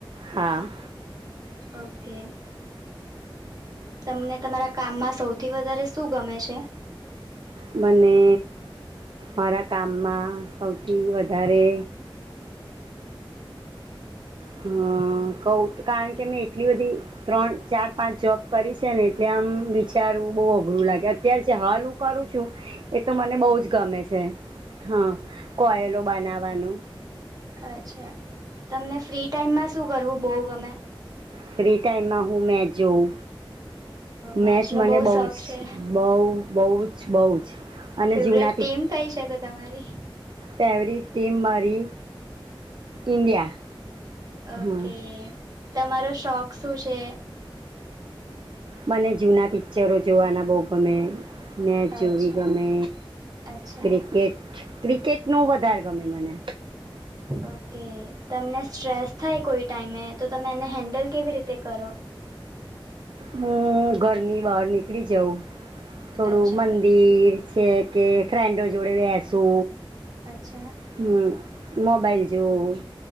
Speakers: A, on the right; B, on the right.
A: હા.
B: ઓકે. તમને તમારા કામમાં સૌથી વધારે શું ગમે છે?
A: મને મારા કામમાં સૌથી વધારે હમ્મ કઉ કારણ કે મેં એટલી બધી ત્રણ ચાર પાંચ જોબ કરી છે ને એટલે આમ વિચારવું બહુ અઘરું લાગે અત્યારે જે હાલ હું કરું છું એ તો મને બહું જ ગમે છે હા. કોયલો બનાવાનું
B: અચ્છા તમને ફ્રી ટાઈમમાં શું કરવું બહુ ગમે
A: ફ્રી ટાઈમમાં હું મેચ જોઉં
B: મેચનો
A: મેચ મને બહુ
B: શોખ
A: જ
B: છે
A: બઉ બઉ જ બહુ જ અને
B: ફેવરેટ
A: જૂના
B: ટીમ કઈ છે તો તમારી?
A: પેવરી ટિમ મારી ઇન્ડિયા
B: ઓકે
A: હા
B: તમારો શોખ શું છે?
A: મને જૂના પિક્ચરો જોવાના બહુ ગમે મેચ જોવી
B: અચ્છા
A: ગમે
B: અચ્છા
A: ક્રિકેટ ક્રિકેટનું વધારે ગમે મને
B: ઓકે તમને સ્ટ્રેસ થાય કોઈ ટાઈમે તો તમે એને હેન્ડલ કેવી રીતે કરો
A: હું ઘરની બહાર નીકળી જાઉં થોડું
B: અચ્છા
A: મંદ ફીર છે કે ફ્રેન્ડો જોડે બેસુ
B: અચ્છા.
A: હમ્મ મોબાઈલ જોવુ